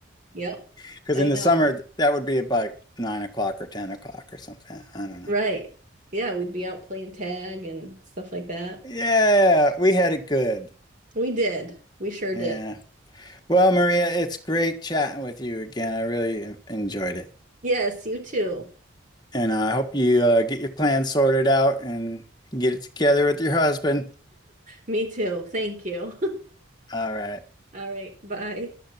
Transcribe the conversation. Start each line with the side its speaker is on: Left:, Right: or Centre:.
Right: Yep,
Left: Because
Right: I
Left: in
Right: know.
Left: the summer th- that would be about nine o'clock or ten o'clock or something. I don't know.
Right: Right. Yeah, we'd be out playing tag and stuff like that.
Left: Yeah, we had it good.
Right: We did. We sure
Left: Yeah.
Right: did.
Left: Well, Maria, it's great chatting with you again. I really en- enjoyed it.
Right: Yes, you too.
Left: And uh, I hope you uh, get your plan sorted out and get it together with your husband.
Right: Me too. Thank you.
Left: All right.
Right: <laughs> All right. Bye.